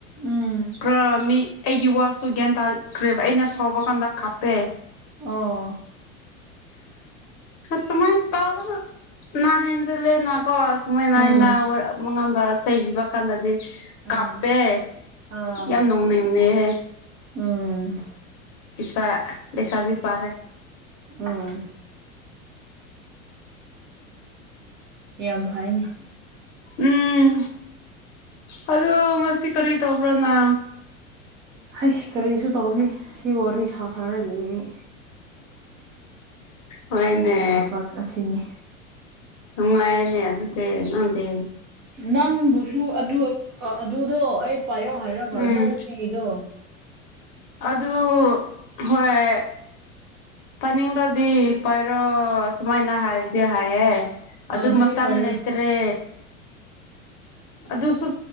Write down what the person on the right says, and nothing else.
ꯎꯝ
ꯑꯣ
ꯎꯝ
ꯑꯥ ꯑꯥ
ꯎꯝ
ꯎꯝ ꯌꯥꯝ ꯐꯩꯅꯦ
ꯍ ꯀꯔꯤꯁꯨ ꯇꯧꯁꯤ ꯁꯤ ꯋꯥꯔꯤ ꯁꯥ ꯁꯥꯔ ꯂꯩ ꯑꯩ
ꯑꯩꯒꯤ ꯊꯕꯛ ꯑꯁꯤꯅꯤ
ꯅꯪꯕꯨꯁꯨ ꯑꯗꯨ ꯑꯗꯨꯗꯣ ꯑꯩ ꯄꯥꯏꯌꯧ ꯍꯥꯏꯔꯒ
ꯏꯅꯥꯎꯅꯨꯄꯤꯒꯤꯗꯣ
ꯑ
ꯑꯗꯨꯗꯤ
ꯄꯥꯏꯔꯣ